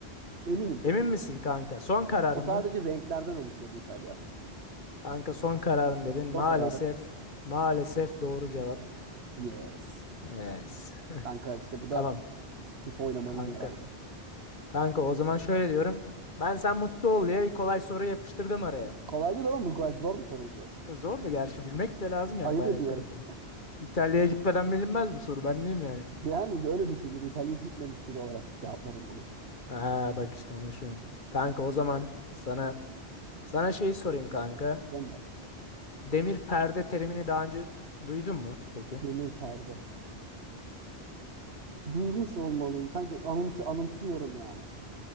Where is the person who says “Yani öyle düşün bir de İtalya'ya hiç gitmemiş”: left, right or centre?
Right